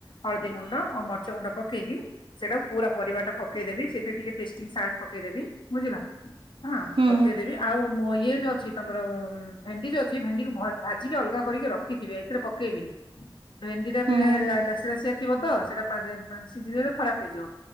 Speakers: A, on the left; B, on the right.
A: ହଳଦୀ ଗୁଣ୍ଡ ଓ ମର୍ଚ୍ଚ ଗୁଣ୍ଡ ପକେଇକି ସେଇଟାକୁ ପୁରା ପରିବାଟା ପକେଇଦବି ସେଥିରେ ଟିକେ ତେଷ୍ଟିଂ ସଲ୍ଟ ପକେଇଦେବି ବୁଝିଲ? ହଁ ଓ
B: ହୁଁ
A: ପକେଇ ଦେବି। ଆଉ ମୁଁ ଇଏ ଯୋଉ ଅଛି ତମର ଭେଣ୍ଡିଜ ଅଛି ଭେଣ୍ଡି କି ଭାଜିକି ଅଲଗା କରିକି ରଖିଥିବେ। ସେଥିରେ ପକେଇବିନି। ଭେଣ୍ଡିଟା
B: ହୁଁ
A: ପିଲା
B: ହୁଁ
A: ଲାସି ଲାସିଆ ଥିବ ତ ସେଇଟା ସିଝିନରେ ଖରାପ ହେଇଯିବ।